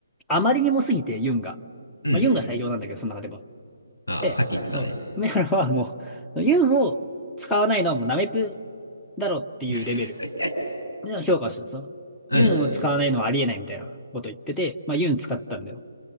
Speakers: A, in the centre; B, on the left.
A: あまりにもすぎて、ユンが。
B: うん。
A: まあ、ユンが最強なんだけど、その中でも。
B: ああ、
A: で、
B: さっき言ってたね。
A: そう梅原はもう、ユンを使わないのはもうナメプだろっていうレベル
B: <laughs>
A: で評価をしたんですよ。
B: うん。
A: ユンを使わないのはありえないみたいなこと言ってて、まあユン使ったんだよ、